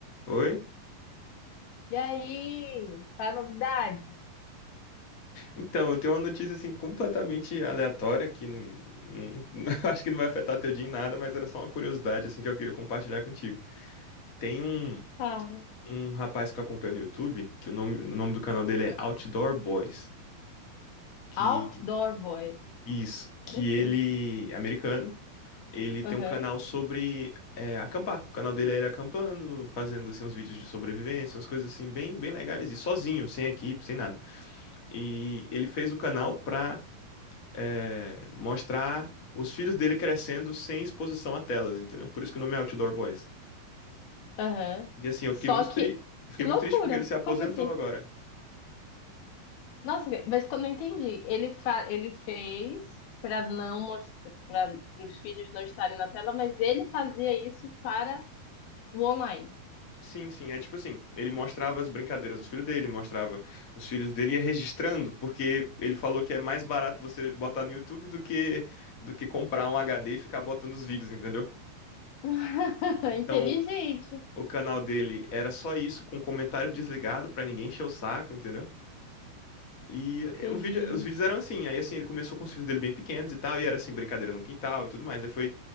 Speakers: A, on the left (about 30°); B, on the left (about 85°).
A: Oi?
B: E aí? Qual é a novidade?
A: Então, eu tenho uma notícia assim completamente aleatória que não, não- <laughs> acho que não vai afetar teu dia em nada, mas era só uma curiosidade assim que eu queria compartilhar contigo. Tem um,
B: Cara,
A: um rapaz que eu acompanho no YouTube, que o nome, o nome do canal dele é Outdoor Boys, que
B: Outdoor Boy.
A: isso, que
B: Interessante.
A: ele é americano, ele tem
B: Aham,
A: um canal sobre é, acampar. O canal dele é ele acampando, fazendo assim uns vídeos de sobrevivência, umas coisas assim bem bem legais e sozinho, sem equipe, sem nada. E ele fez o canal pra é, mostrar os filhos dele crescendo sem exposição a telas, entendeu? Por isso que o nome é Outdoor Boys.
B: aham.
A: E assim, eu fiquei
B: Só
A: muito
B: que,
A: tri... eu fiquei
B: que
A: muito
B: loucura.
A: triste porque ele se aposentou
B: Como assim?
A: agora.
B: Nossa, mas quando eu não entendi, ele, fa ele fez para não mostrar, para os filhos não estarem na tela, mas ele fazia isso para o online.
A: Sim, sim, é tipo assim, ele mostrava as brincadeiras dos filhos dele, mostrava os filhos dele e ia registrando, porque ele falou que é mais barato você botar no YouTube do que do que comprar um HD e ficar botando os vídeos, entendeu?
B: <laughs>
A: Então,
B: Inteligente.
A: o canal dele era só isso, com comentário desligado pra ninguém encher o saco, entendeu? E eh,
B: Entendi.
A: o vídeo, os vídeos eram assim, aí assim, ele começou com os filhos dele bem pequenos e tal, e era assim, brincadeira no quintal e tudo mais. Aí foi,